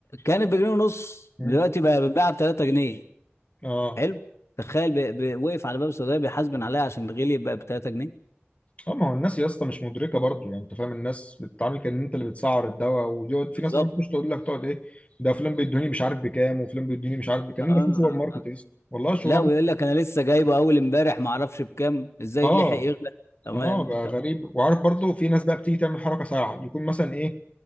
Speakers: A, on the left; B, on the left.
A: كانت بجنيه ونص
B: مم.
A: دلوقتي بقى بتتباع ب 3 جنيه
B: اه
A: حلو تخيل بي... بي... وقف على باب السعوديه بيحاسبن عليها عشان الغلي بقى ب 3 جنيه
B: اه ما هو الناس يا اسطى مش مدركه برضو يعني انت فاهم الناس بتتعامل كان انت اللي بتسعر الدواء ويقعد في
A: بالظبط
B: ناس اصلا مش تقول لك تقعد ايه ده فلان بيدوني مش عارف بكام وفلان بيدوني مش عارف بكام
A: اه
B: ده في سوبر
A: آه،
B: ماركت
A: آه.
B: يا اسطى والله الشغلانه
A: لا ويقول لك انا لسه جايبه اول امبارح ما اعرفش بكام ازاي
B: اه
A: لحق يغلى طب ما-
B: اه بقى
A: طب
B: غريب وعارف برضو في ناس بقى بتيجي تعمل حركه ساعه يكون مثلا ايه